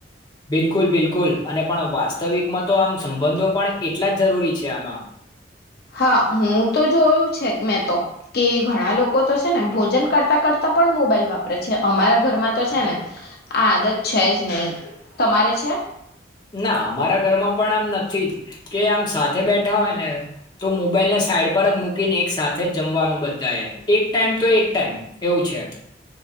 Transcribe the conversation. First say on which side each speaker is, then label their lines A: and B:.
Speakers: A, on the left; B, on the left.
A: બિલકુલ બિલકુલ અને પણ વાસ્તવિકમાં તો આમ સંબંધો પણ એટલા જ જરૂરી છે આમાં.
B: હા હું તો જોયું મેં તો કે ઘણા લોકો તો છે ને ભોજન કરતા કરતા પણ મોબાઈલ વાપરે છે. અમારા ઘરમાં તો છે ને આ આદત છે જ નહી. તમારે છે?
A: ના અમારા ઘરમાં પણ આમ નથી જ કે આમ સાથે બેઠા હોય ને તો મોબાઈલને સાઈડ પર જ મૂકીને એક સાથે જ જમવાનું બધા એ એક ટાઈમ તો એક ટાઈમ એવું છે.